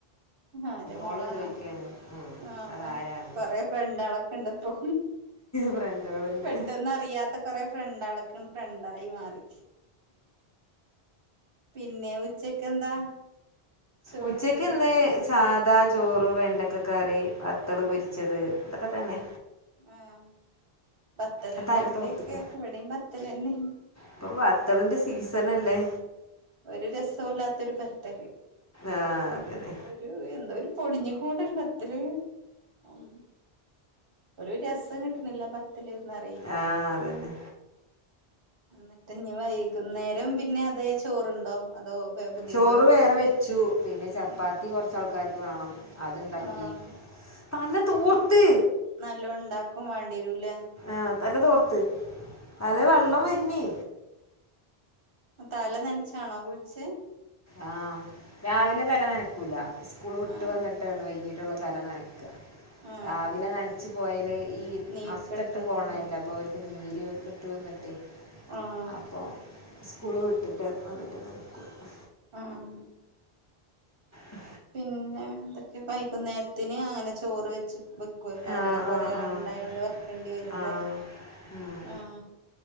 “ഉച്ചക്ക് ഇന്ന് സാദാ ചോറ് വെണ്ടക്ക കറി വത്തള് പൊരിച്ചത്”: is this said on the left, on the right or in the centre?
Left